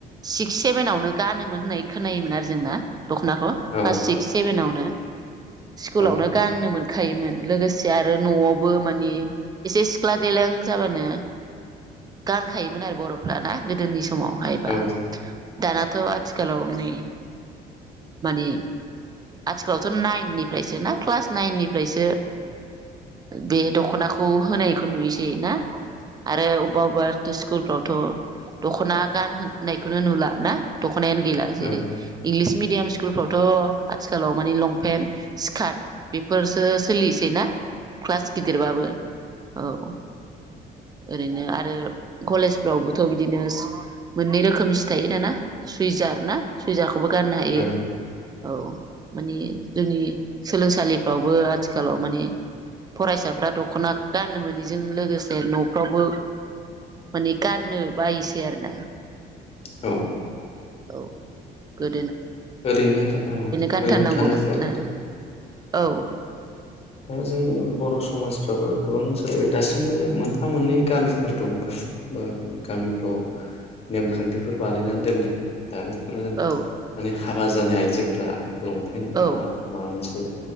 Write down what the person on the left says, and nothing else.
औ
औ
औ
औ
औ
औ
ओरैनो औ
ओरैनो थानायफ्रावथ'
औ
दा जों बर' समाजफ्राबो गोबां सोलायबाय दासिमबो मोनफा मोननै गामिफोर दं आरो ओ गामिफ्राव नेमखान्थिफोर बानायनानै दोनदों दा बेफोरो
हाबा जानाय आइजोफोरा लं
बा माबा मोनसे